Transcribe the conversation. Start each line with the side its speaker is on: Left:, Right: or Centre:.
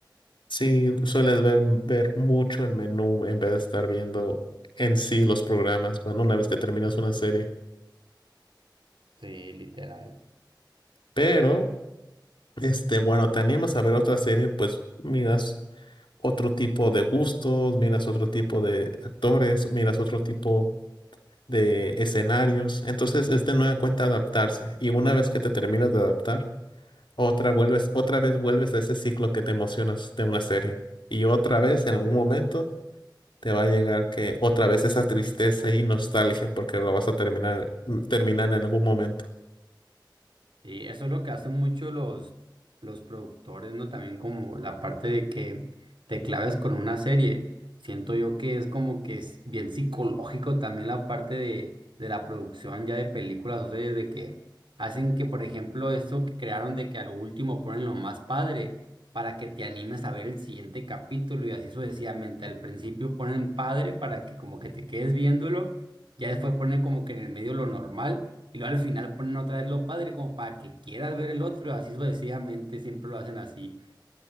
Left: Sí, sueles ver, ver mucho el menú en vez de estar viendo en sí los programas, bueno, una vez que terminas una serie.
Right: Sí, literal.
Left: Pero, este, bueno, te animas a ver otra serie, pues miras otro tipo de gustos, miras otro tipo de actores, miras otro tipo de escenarios. Entonces es de nueva cuenta adaptarse. Y una vez que te terminas de adaptar, otra vuelves, otra vez vuelves a ese ciclo que te emocionas de una serie. Y otra vez, en algún momento, te va a llegar que otra vez esa tristeza y nostalgia, porque lo vas a terminar, mm, terminar en algún momento.
Right: Sí, eso es lo que hacen mucho los, los productores, ¿no? También como la parte de que te claves con una serie. Siento yo que es como que es bien psicológico también la parte de, de la producción ya de películas o series, de que hacen que, por ejemplo, esto que crearon de que a lo último ponen lo más padre para que te animes a ver el siguiente capítulo y así sucesivamente. Al principio ponen padre para que como que te quedes viéndolo, ya después ponen como que en el medio lo normal. Y luego al final ponen otra vez lo padre como para que quieras ver el otro, así sucesivamente siempre lo hacen así.